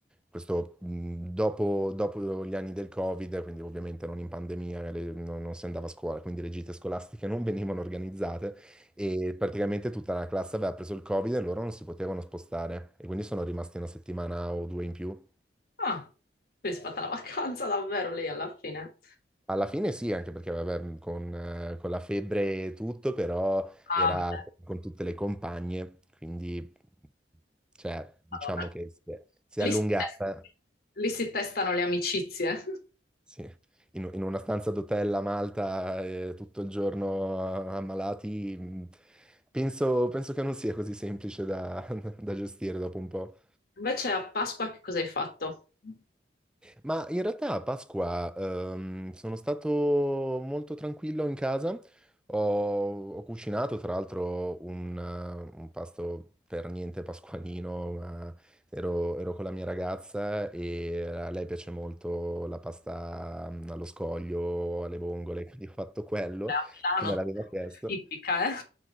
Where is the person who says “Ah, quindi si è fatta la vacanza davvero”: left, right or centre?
Left